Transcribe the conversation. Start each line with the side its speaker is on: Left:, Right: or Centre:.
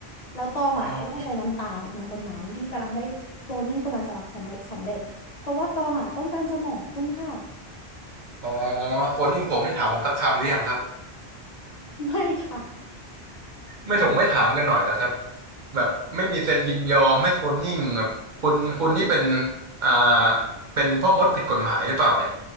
Left: แล้วตองอ่ะจะต้องใช้น้ำตาของคนคนนั้นที่จะทำให้โคลนนิ่งคนนั้นสำเร็จสำเร็จสำเร็จเพราะว่าตองอ่ะต้องการสมองคุณค่ะ
Right: อ๋ออ๋อคนยิ่งผมได้ถามผมสักคำหรือยังครับ
Left: <laughs> ไม่ค่ะ
Right: ไม่ถงไม่ถามกันหน่อยแล้วครับ แบบไม่มีเซ็นยินยอมให้คนนิ่งแบบคุณคุณนี่เป็นอ่าเป็นพ่อมดผิดกฎหมายหรือเปล่าเนี่ย